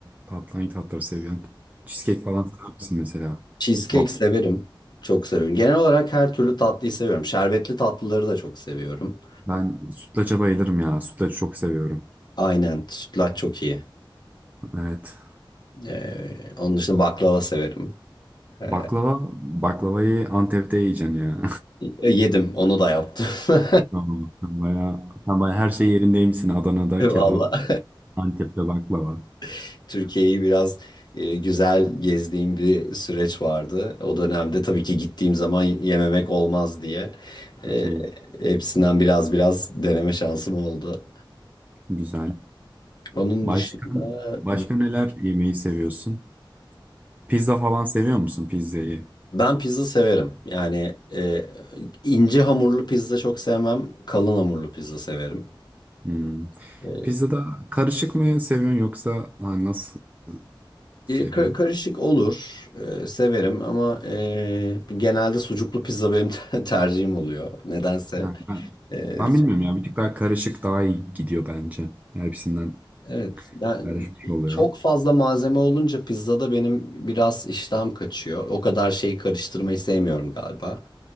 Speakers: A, on the right; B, on the left.
A: tatlı hangi tatları seviyorsun? Cheesecake falan sever misin mesela?
B: Cheesecake
A: Waffle.
B: severim. Çok seviyorum. Genel olarak her türlü tatlıyı seviyorum. Şerbetli tatlıları da çok seviyorum.
A: Ben sütlaça bayılırım ya. Sütlacı çok seviyorum.
B: Aynen. Sütlaç çok iyi.
A: Evet.
B: Ee, onun dışında baklava severim. E,
A: Baklava, baklavayı Antep'te yiyeceksin ya.
B: Yedim, onu da yaptım. <laughs>
A: <laughs> Tamam. Sen bayağı, sen bayağı her şey yerindeymişsin. Adana'da
B: Vallahi
A: kebap, Antep'te baklava.
B: <laughs> Türkiye'yi biraz e, güzel gezdiğim bir süreç vardı. O dönemde tabii ki gittiğim zaman yememek olmaz diye e,
A: Okey.
B: hepsinden biraz biraz deneme şansım oldu.
A: Güzel.
B: Onun
A: Başka,
B: dışında
A: başka neler yemeyi seviyorsun? Pizza falan seviyor musun pizzayı?
B: Ben pizza severim. Yani e, ince hamurlu pizza çok sevmem. Kalın hamurlu pizza severim.
A: Hmm.
B: E,
A: Pizzada karışık mı seviyorsun yoksa ha, nasıl seviyorsun?
B: ka- karışık olur. e, severim ama e, genelde sucuklu pizza benim <laughs> tercihim oluyor. Nedense.
A: Ha, ben,
B: E,
A: ben bilmiyorum ya bir tık daha karışık daha iyi gidiyor bence. Ya Hepsinden
B: evet. Yani
A: karışmış oluyor.
B: çok fazla malzeme olunca pizzada benim biraz iştahım kaçıyor. O kadar şeyi karıştırmayı sevmiyorum galiba.